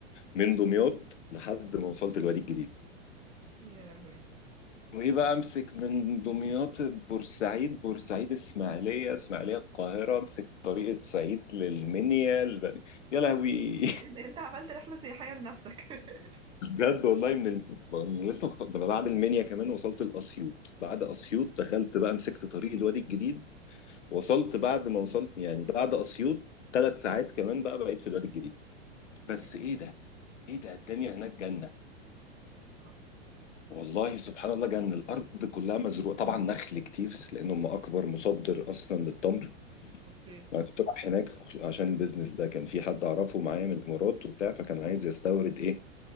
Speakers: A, on the left; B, on the right.
A: من دمياط لحد ما وصلت الوادي الجديد
B: يا لهوي
A: وايه بقى امسك من دمياط بورسعيد بورسعيد اسماعيليه اسماعيليه القاهره امسك طريق الصعيد للمنيا الب- يا لهوي
B: انت أنت عملت رحلة سياحية لنفسك <laughs>
A: <laughs> بجد والله من ال... من لسه مخ- من بعد المنيا كمان وصلت الاسيوط بعد اسيوط دخلت بقى مسكت طريق الوادي الجديد وصلت بعد ما وصلت يعني بعد اسيوط ثلاث ساعات كمان بقى بقيت في الوادي الجديد بس
B: يا لهوي.
A: ايه ده ايه ده الدنيا هناك جنه
B: اه
A: والله سبحان الله جنة الأرض كلها مزروعة طبعا نخل كتير لأن هم أكبر مصدر أصلا للتمر
B: اوكي
A: انا كنت رايح هناك عشان البيزنس ده كان في حد اعرفه معايا من الامارات وبتاع فكان عايز يستورد ايه